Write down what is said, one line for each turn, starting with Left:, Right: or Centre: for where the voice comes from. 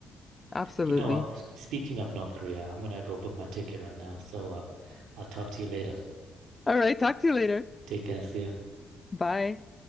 Left: absolutely.
Right: You know what? <clears throat> Speaking of North Korea, I'm gonna go book my ticket right now. So, uh, I'll talk to you later.
Left: All right, talk to you later.
Right: <clears throat> Take care. See ya.
Left: Bye.